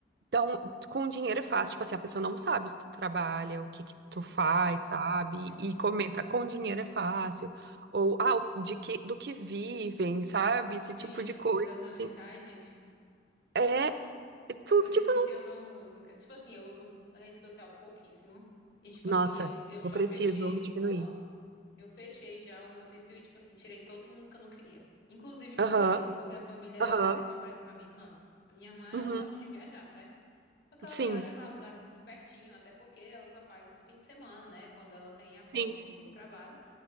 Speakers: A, on the right (about 60°); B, on the left (about 60°).
A: então com dinheiro é fácil, tipo assim, a pessoa não sabe se tu trabalha, o que que
B: Meu
A: tu faz,
B: Deus, cara,
A: sabe?
B: meu
A: E
B: Deus.
A: comenta com dinheiro é fácil. Ou, ah, de que, do que vivem, sabe? Esse
B: Sim,
A: tipo de coisa,
B: exatamente.
A: assim.
B: Ai, gente,
A: É, Tipo,
B: É por
A: tipo,
B: isso que eu não uso. que- Tipo assim, eu uso rede social pouquíssimo. E tipo
A: Nossa,
B: assim, eu, eu já
A: eu preciso
B: fechei.
A: diminuir.
B: Nossa, eu fechei já o meu perfil e tipo assim, tirei todo mundo que eu não queria. Inclusive família.
A: Aham,
B: Porque a família é
A: aham,
B: aquele pessoal, por exemplo, a minha irmã. A minha irmã, ela
A: uhum,
B: gosta de viajar, certo? Só que ela
A: sim,
B: viaja pra lugares assim pertinho, até porque ela só faz fim de semana, né? Quando ela tem a folga
A: sim.
B: mesmo do trabalho.